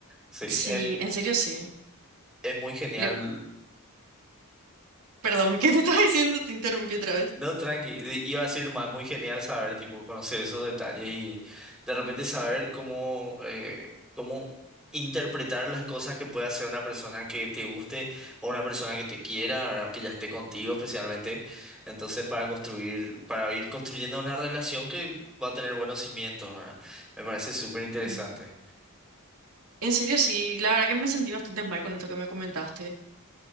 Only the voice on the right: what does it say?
Sí,
en serio sí.
Le- Perdón, <laughs> ¿qué me estás diciendo? Te interrumpí otra vez.
Ujú. En serio sí, la verdad que me sentí bastante mal con esto que me comentaste.